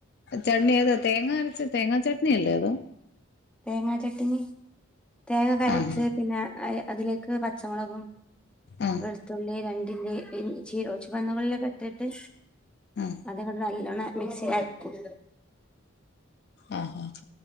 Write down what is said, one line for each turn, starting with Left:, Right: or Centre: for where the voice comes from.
Left: ചട്ണി ഏതാ തേങ്ങാ അരച്ച തേങ്ങാ ചട്ണിയല്ലേ അത്
Centre: തേങ്ങാ ചട്ടണി തേങ്ങ അരച്ച്
Left: ആഹ്
Centre: പിന്നെ അതിലേക്ക് പച്ചമുളകും.
Left: ആഹ്
Centre: വെളുത്തുള്ളി, രണ്ടില്ലി ഇഞ്ചി, ഒരു പച്ച മുളക് ഇട്ടിട്ട്.
Left: ഉം...
Centre: അത് നല്ലവണ്ണം മിക്സിഅരകും.
Left: ആഹ്!